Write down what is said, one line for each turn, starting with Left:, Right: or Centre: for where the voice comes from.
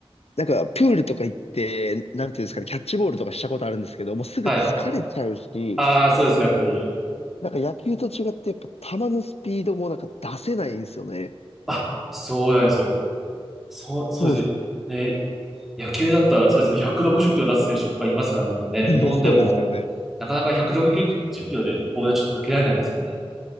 Left: なんかプールとか行って、なんていうんですかね、キャッチボールとかしたことあるんですけど、もうすぐ疲れちゃうし、
Centre: はい。ああ、そうですか、やっぱり。
Left: なんか野球と違ってやっぱ球のスピードもなんか出せないんですよね。
Centre: あ、そうなんですよ。そう、そうです。
Left: そうっす、
Centre: ね、野球だったら、そうですよ。160キロ出す選手いっぱいいますからね、今ね。
Left: <laughs>
Centre: 日本でも、
Left: そうですよね。
Centre: なかなか160キロでボールはちょっと投げられないですね。